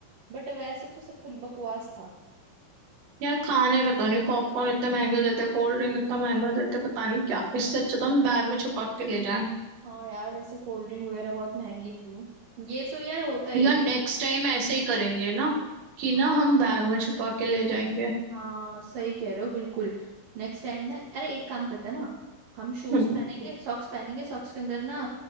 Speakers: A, on the right (about 65°); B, on the right (about 45°).
A: बट वैसे तो सब कुछ बकवास था
B: यार खाने पता नहीं पॉपकॉर्न इतने महंगे देते कोल्ड ड्रिंक इतना महंगा देते पता नहीं क्या इससे अच्छा तो हम बैग में छुपा के ले जाएं
A: हाँ यार वैसे कोल्ड ड्रिंक वगैरह बहुत महंगी थी ये तो यार होता ही
B: यार
A: है
B: नेक्स्ट टाइम ऐसे ही करेंगे ना कि ना
A: हाँ
B: हम बैग में छुपा के ले जाएंगे
A: हाँ सही कह रहे हो बिल्कुल नेक्स्ट टाइम ना अरे एक काम करते हैं ना हम शूज
B: <laughs>
A: पहनेंगे सॉक्स पहनेंगे सॉक्स के अंदर ना